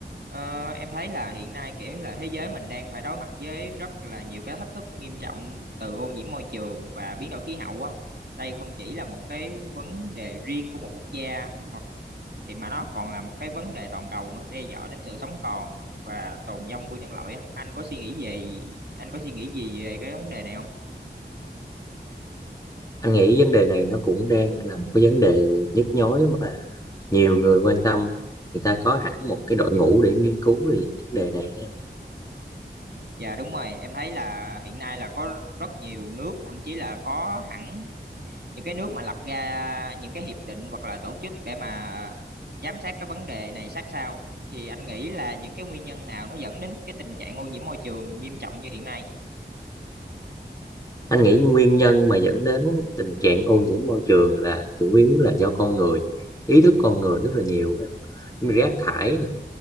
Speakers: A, on the right; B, on the left.
A: Ờ, em thấy là hiện nay kiểu là thế giới mình đang phải đối mặt với rất là nhiều cái thách thức nghiêm trọng từ ô nhiễm môi trường và biến đổi khí hậu á. Đây không chỉ là một cái vấn đề riêng của một quốc gia hoặc thì mà nó còn là một cái vấn đề toàn cầu nữa, đe dọa đến sự sống còn và tồn vong của nhân loại á. Anh có suy nghĩ về anh có suy nghĩ gì về cái vấn đề này không?
B: anh nghĩ vấn đề này nó cũng đang là một cái vấn đề nhức nhối mà nhiều người quan tâm người ta có hẳn một cái đội ngũ để nghiên cứu về những vấn đề này đó em.
A: Dạ đúng rồi, em thấy là hiện nay là có rất nhiều nước, thậm chí là có hẳn những cái nước mà lập ra những cái hiệp định hoặc là tổ chức để mà giám sát cái vấn đề này sát sao thì anh nghĩ là những cái nguyên nhân nào nó dẫn đến cái tình trạng ô nhiễm môi trường nghiêm trọng như hiện nay
B: anh nghĩ nguyên nhân mà dẫn đến tình trạng ô nhiễm môi trường là chủ yếu là do con người ý thức con người rất là nhiều em. rác thải nè